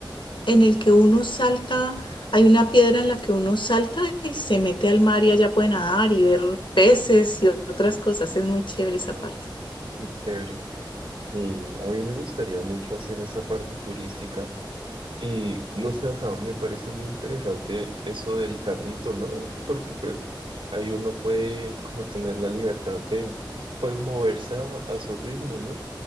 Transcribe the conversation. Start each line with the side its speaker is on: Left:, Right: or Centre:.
Left: en el que uno salta, hay una piedra en la que uno salta y se mete al mar y allá puede nadar y ver peces y otras cosas. Es muy chévere
Right: Wow,
Left: esa parte.
Right: qué chévere. Y a mí me gustaría mucho hacer esa parte turística. Y no sé, o sea, me parece muy interesante eso del carrito, ¿no? Porque pues ahí uno puede como tener la libertad de pues moverse a, a su ritmo, ¿no?